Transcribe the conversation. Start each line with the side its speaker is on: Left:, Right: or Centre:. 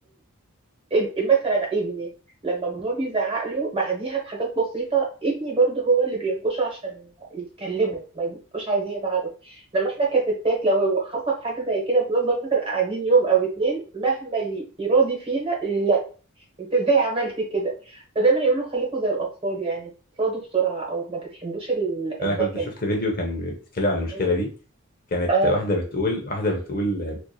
Right: إب- مثلا ابني لما بابا بيزعق له بعديها بحاجات بسيطة ابني برضه هو اللي بينكشه عشان يتكلموا ما يبقوش عايزين يزعلوا لما احنا كستات لو حصل حاجة زي كده بنفضل مثلا قاعدين يوم او اتنين مهما ي- يراضي فينا لا انت ازاي عملتي كده فدايما يقولوا خليكوا زي الاطفال يعني بتراضوا بسرعة او ما بتحبوش ال-
Left: انا
Right: النكد
Left: كنت شفت فيديو كان بيتكلم عن المشكله
Right: مم.
Left: دي كانت
Right: اه
Left: واحده بتقول واحده بتقول آه،